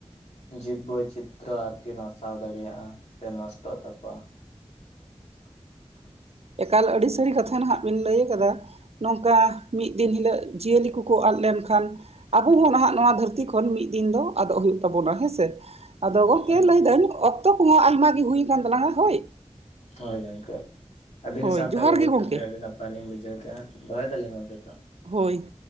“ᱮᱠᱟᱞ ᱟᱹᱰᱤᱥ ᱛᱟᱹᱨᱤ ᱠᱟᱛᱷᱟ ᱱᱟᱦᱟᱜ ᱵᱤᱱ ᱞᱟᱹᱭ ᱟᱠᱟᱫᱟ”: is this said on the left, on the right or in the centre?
Right